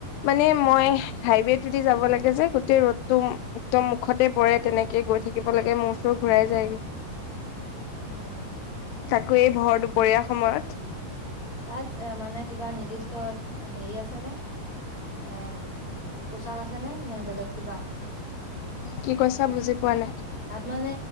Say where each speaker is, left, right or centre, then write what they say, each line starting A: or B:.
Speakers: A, on the left (about 85°); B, on the left (about 20°).
A: মানে মই হাইৱেটো দি যাব লাগে যে গোটেই ৰ'দটো উত্তম মুখতে পৰে তেনেকে গৈ থাকিব লাগে মোৰ ওচৰত ঘূৰাই যায়গৈ
B: উম,
A: তাকে ভৰ দুপ পৰিয়াৰ সময়ত
B: তাত এ মানে কিবা নিৰ্দিষ্ট হেৰি আছে নে এ পোছাক আছে নে নে বেলেগ কিবা?
A: কি কৈছা বুজি কোৱানাই
B: তাত মানে